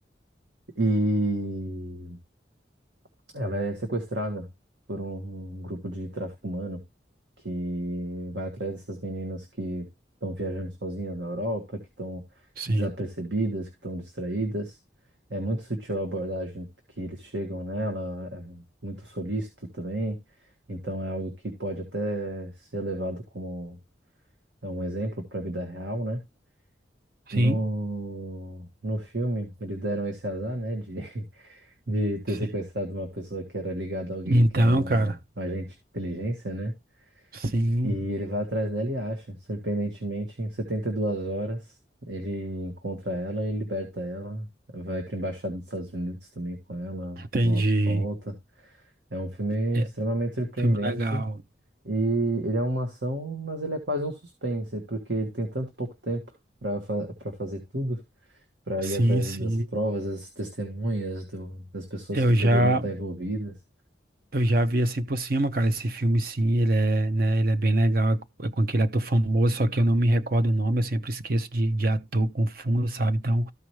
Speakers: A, on the right; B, on the right.
A: E Ela é sequestrada por um um grupo de tráfico humano que vai atrás dessas meninas que estão viajando sozinhas na Europa, que estão
B: sim,
A: desapercebidas, que estão distraídas. É muito sutil a abordagem que eles chegam nela, é muito solícito também. Então é algo que pode até ser levado como é um exemplo para a vida real, né?
B: Sim.
A: No, no filme, eles deram esse azar, né, de <laughs> de ter
B: sim,
A: sequestrado uma pessoa que era ligada a alguém
B: Então,
A: que era um
B: cara,
A: agente de inteligência, né?
B: sim,
A: E ele vai atrás dela e acha. Surpreendentemente, em 72 horas, ele encontra ela e liberta ela. Vai para a embaixada dos Estados Unidos também com ela,
B: entendi.
A: vo- volta. É um filme
B: é
A: extremamente surpreendente
B: filme legal.
A: e ele é uma ação, mas ele é quase um suspense, porque ele tem tanto pouco tempo para fa para fazer tudo para
B: Sim,
A: ir atrás
B: sim.
A: das provas, das testemunhas do, das pessoas
B: Eu
A: que
B: já.
A: poderiam estar envolvidas.
B: Eu já vi assim por cima, cara, esse filme sim, ele é, né, ele é bem legal, é com é com aquele ator famoso, só que eu não me recordo o nome, eu sempre esqueço de, de ator, confundo, sabe? Então,